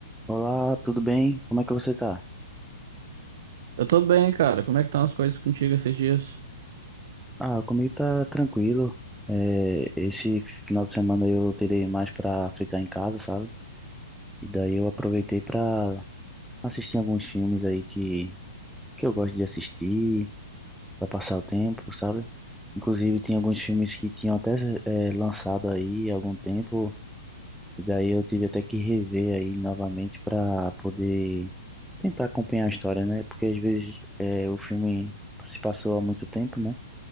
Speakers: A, in the centre; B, on the right (about 55°).
A: Olá, tudo bem? Como é que você tá?
B: Eu tô bem, cara. Como é que estão as coisas contigo esses dias?
A: Ah, comigo tá tranquilo. É, esse final de semana eu terei mais pra ficar em casa, sabe? E daí eu aproveitei pra assistir alguns filmes aí que, que eu gosto de assistir, pra passar o tempo, sabe? Inclusive tem alguns filmes que tinham até é, lançado aí há algum tempo, e daí eu tive até que rever aí novamente pra poder tentar acompanhar a história, né? Porque às vezes é, o filme se passou há muito tempo, né?